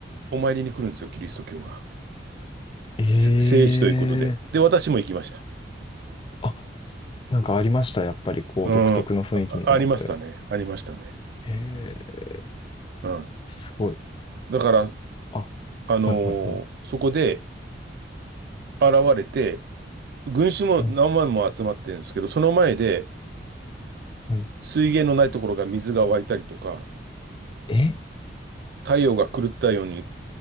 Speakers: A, on the right; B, on the left.
A: お参りに来るんですよ、キリスト教が。
B: ええ
A: せ聖地ということで。で、私も行きました。
B: あ、なんかありました。やっぱりこう、
A: うん。
B: 独特の雰囲気みたいなのって。
A: あ、ありましたね。ありましたね。
B: ええ
A: うん。
B: すごい。
A: だから、
B: あ、
A: あのーそこで
B: はいはいはい。
A: 現れて、群衆も何万も集まってるんですけど、
B: はい
A: その前で
B: はい。
A: 水源のないところが水が湧いたりとか、
B: え、
A: 太陽が狂ったように